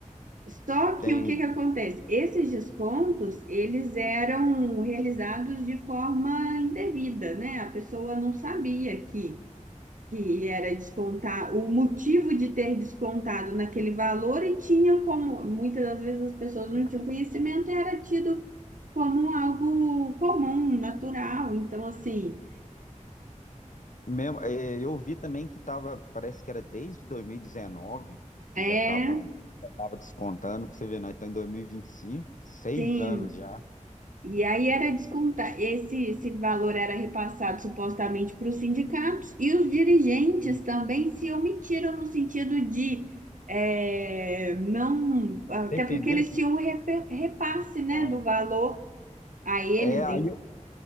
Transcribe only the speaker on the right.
Só que
o que que acontece? Esses descontos, eles eram realizados de forma indevida, né? A pessoa não sabia que, que era descontar, o motivo de ter descontado naquele valor e tinha como, muitas das vezes as pessoas não tinham conhecimento, e era tido como algo comum, natural. Então, assim,
é,
sim,
E aí era descontar, esse, esse valor era repassado supostamente para os sindicatos e os dirigentes
também se omitiram no sentido de eh, não, até
porque eles
tinham um repasse, né,
do valor a eles.
e-